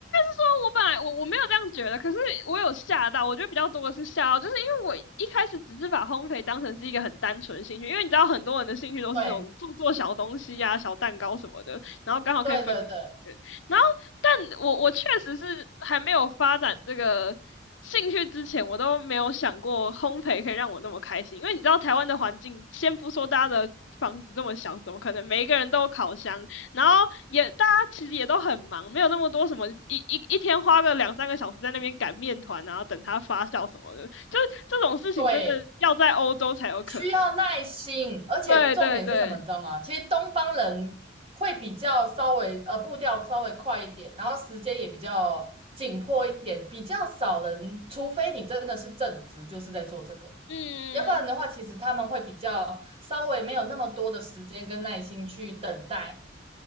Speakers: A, on the left; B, on the right.
A: 说我本来我我没有这样觉得，可是我有吓到。我觉得比较多的是吓到，就是因为我一开始只是把烘焙当成是一个很单纯的兴趣，因为你知道很多人的兴趣都是这种做做小东西呀、
B: 对，
A: 啊小蛋糕什么的，然后刚好可以分给别人。
B: 对，对，对，
A: 然后，但我我确实是还没有发展这个。兴趣之前，我都没有想过烘焙可以让我那么开心，因为你知道台湾的环境，先不说大家的房子这么小，怎么可能每一个人都有烤箱？然后也大家其实也都很忙，没有那么多什么一一一天花个两三个小时在那边擀面团，然后等它发酵什么的，就这种事情真的要在欧洲才有可能。
B: 对，需要耐心，而且重点是什么，
A: 对对对，
B: 你知道吗？其实东方人会比较稍微呃步调稍微快一点，然后时间也比较紧迫一点，比较少人，除非你真的是正职，就是在做这个。
A: 嗯
B: 要不然的话，其实他们会比较稍微没有那么多的时间跟耐心去等待，